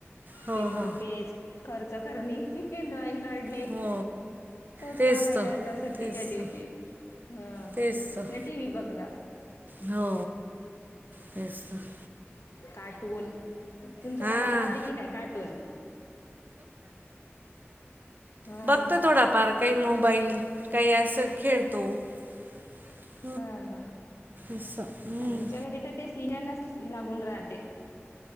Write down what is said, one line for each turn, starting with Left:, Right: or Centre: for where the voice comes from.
Right: हो
Left: पेपर
Right: हो
Left: पेज, खर्च करणे ड्रॉइंग काढणे,
Right: हो
Left: तोच
Right: तेच
Left: काम आहे
Right: तर
Left: त्यांचा सुट्टीच्या
Right: तेच
Left: दिवशी
Right: तर
Left: हा,
Right: तेच तर
Left: नाही टिव्ही बघणं
Right: हो तेच तर
Left: कार्टून तुमचं
Right: हां
Left: बाळ पाहते की नाही कार्टून हां
Right: बघत थोडा पार काही मोबाईल काही असं खेळतो. <unintelligible>
Left: हा हा
Right: असं हम्म.
Left: आमच्या घरी तर ते सीजनच लागून राहते.